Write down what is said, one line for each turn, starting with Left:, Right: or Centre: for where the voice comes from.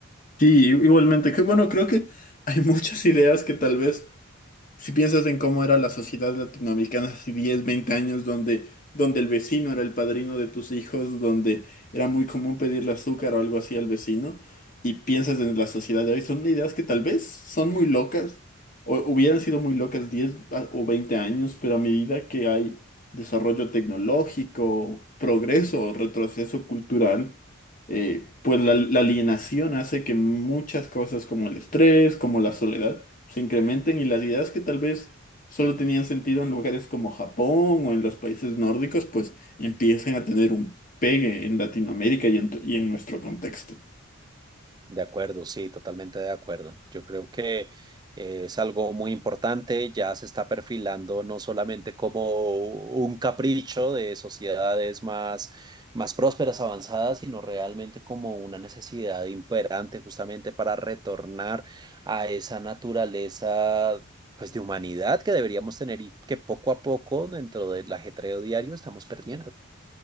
Left: Sí, i- igualmente, que bueno, creo que hay <laughs> muchas ideas que tal vez Si piensas en cómo era la sociedad latinoamericana hace 10, 20 años, donde, donde el vecino era el padrino de tus hijos, donde era muy común pedirle azúcar o algo así al vecino, y piensas en la sociedad de hoy, son ideas que tal vez son muy locas, o hubieran sido muy locas 10 a- o 20 años, pero a medida que hay desarrollo tecnológico, progreso o retroceso cultural, eh, pues la la alienación hace que muchas cosas como el estrés, como la soledad, se incrementen y las ideas que tal vez solo tenían sentido en lugares como Japón o en los países nórdicos, pues empiecen a tener un pegue en Latinoamérica y en, tu- y en nuestro contexto.
Right: De acuerdo, sí, totalmente de acuerdo. Yo creo que eh, es algo muy importante, ya se está perfilando no solamente como un capricho de sociedades más, más prósperas, avanzadas, sino realmente como una necesidad imperante justamente para retornar a esa naturaleza pues de humanidad que deberíamos tener y que poco a poco dentro del ajetreo diario estamos perdiendo.